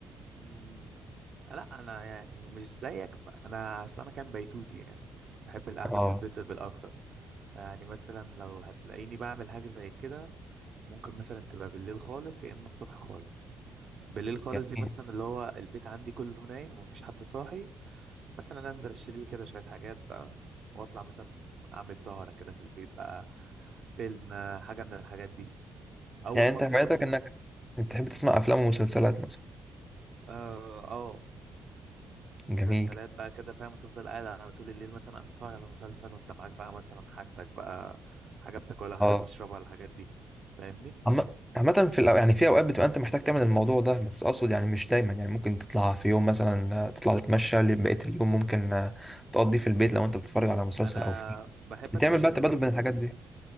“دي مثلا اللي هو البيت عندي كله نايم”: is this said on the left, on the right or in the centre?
Right